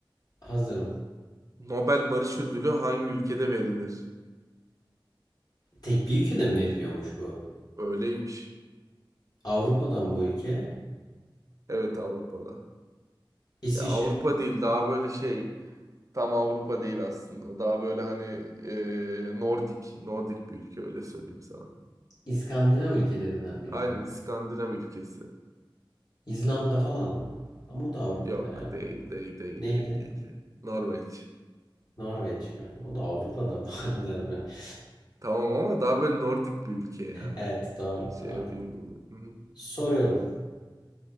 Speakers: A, on the left (about 50°); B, on the right (about 40°).
A: Hazırım.
B: Nobel Barış Ödülü hangi ülkede verilir?
A: Tek bir ülkede mi veriliyormuş bu?
B: Öyleymiş.
A: Avrupa'dan bu ülke.
B: Evet Avrupa'da.
A: İsviçre.
B: Ya Avrupa değil daha böyle şey Tam Avrupa değil aslında. Daha böyle hani e, Nordik. Nordik bir ülke öyle söyleyeyim sana.
A: İskandinav ülkelerinden biri
B: Aynen
A: mi?
B: İskandinav ülkesi.
A: İzlanda falan mı? Ama o da Avrupa'da
B: Yok
A: yani.
B: değil değil değil
A: Neydi?
B: değil değil. değil. Norveç.
A: Norveç mi? O da Avrupa'da <laughs> bu arada Emre. <laughs>
B: Tamam ama daha böyle Nordik bir ülke yani.
A: Evet, doğru,
B: Şey
A: doğru.
B: yapayım dedim. Hı hı.
A: Soruyorum.